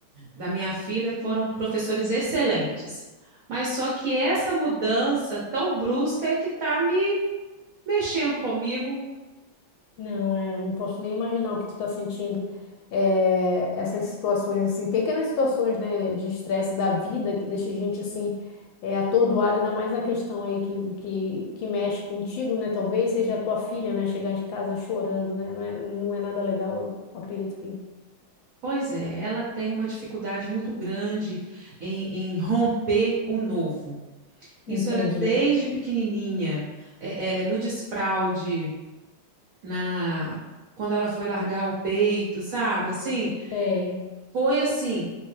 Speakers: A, on the right; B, on the left.
A: da minha filha foram professores excelentes. Mas só que essa mudança tão brusca é que está me mexendo comigo.
B: Não, é, eu não posso nem imaginar o que tu tá sentindo. É, essas situações, assim, pequenas situações, né, de estresse da vida que deixa a gente, assim, é, atordoado, ainda mais na questão aí que, que, que mexe contigo, né? Talvez seja a tua filha, né, chegar em casa chorando, né? Não é, não é nada legal, eu acredito que... que-
A: Pois é, ela tem uma dificuldade muito grande em, em romper o novo.
B: Entendi.
A: Isso ela é desde pequenininha, é, é, no desfraude, na quando ela foi largar o peito, sabe? Assim,
B: Sei.
A: foi assim